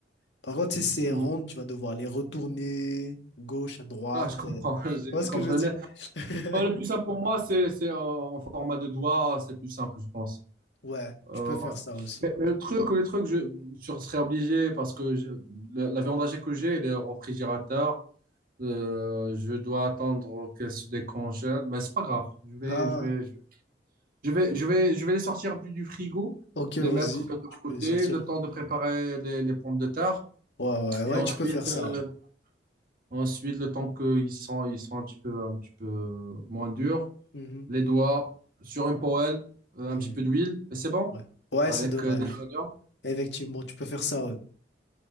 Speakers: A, on the left (about 80°); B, on the right (about 55°).
A: Par contre, si c'est
B: Mm.
A: ronde, tu vas devoir les retourner à gauche, à droite.
B: Ah, je comprends,
A: euh. Tu
B: <laughs> j'ai
A: vois
B: j'ai
A: ce
B: compris.
A: que je veux dire?
B: Mais
A: <laughs>
B: euh, le plus simple pour moi, c'est c'est en en format de doigt, c'est plus simple, je pense.
A: Ouais,
B: Euh,
A: tu peux faire ça aussi.
B: Mais, mais le truc, le truc, je, je serais obligé parce que je- la, la viande hachée que j'ai, elle est au réfrigérateur. Euh, je dois attendre qu'elle se décongèle. Mais c'est pas grave. Je vais,
A: Ah,
B: je vais, je vais, je vais, je vais, je vais les sortir du, du frigo,
A: ok,
B: les
A: vas-y.
B: mettre de
A: Tu
B: côté,
A: peux les sortir.
B: le temps de préparer les, les pommes de terre.
A: Ouais, ouais, ouais,
B: Et ensuite,
A: tu peux faire ça,
B: euh,
A: ouais.
B: ensuite le temps qu'ils sont, ils sont un petit peu, un petit peu moins durs,
A: Mhm,
B: les doigts sur une poêle, euh,
A: mhm.
B: un petit peu d'huile, et c'est bon.
A: Ouais. Ouais,
B: Avec
A: ça devrait
B: euh, des
A: aller.
B: oignons.
A: Effectivement, tu peux faire ça. ouais.